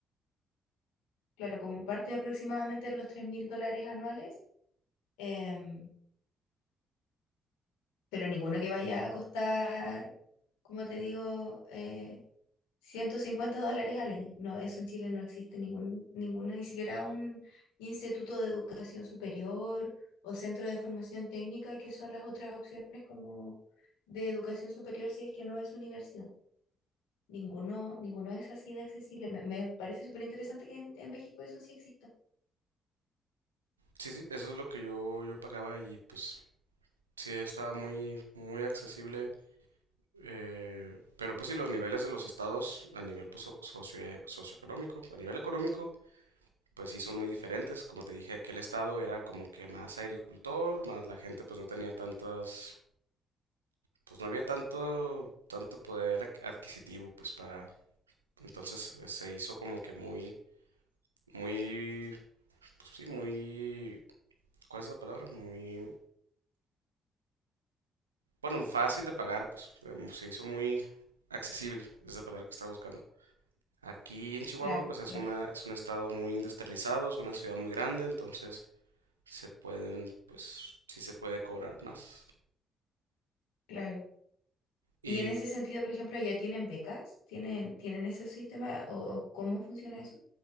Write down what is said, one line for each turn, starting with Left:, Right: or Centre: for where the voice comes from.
Left: Claro, como parte aproximadamente en los 3 mil dólares anuales, em, pero ninguno que vaya a costar, como te digo, eh, 150 dólares al año. No, eso en Chile no existe ningún, ninguno, ni siquiera un instituto de educación superior o centro de formación técnica, que son las otras opciones como de educación superior si es que no es universidad. Ninguno, ninguno es así de accesible. Me, me parece súper interesante que en, en México eso sí exista.
Right: Sí, sí, eso es lo que yo, yo pagaba y pues sí, estaba muy, muy accesible. eh, pero pues sí, los niveles de los estados a nivel pues, so-, socio- socioeconómico, a nivel económico. pues sí son muy diferentes. Como te dije, aquel estado era como que más agricultor, más la gente pues no tenía tantas, pues no había tanto, tanto poder ac- adquisitivo pues para... Entonces eh, se hizo como que muy, muy, pues sí, muy, ¿cuál es la palabra? Muy, bueno, fácil de pagar, pues em, se hizo muy accesible, es la palabra que estaba buscando. Aquí en Chihuahua
Left: Claro,
Right: pues es
Left: claro,
Right: una, es un estado muy industrializado, es una ciudad muy grande, entonces se pueden, pues sí se puede cobrar más.
Left: claro.
Right: Y
Left: Y en ese sentido, por ejemplo, ¿ya tienen becas? ¿Tienen, tienen ese sistema o o cómo funciona eso?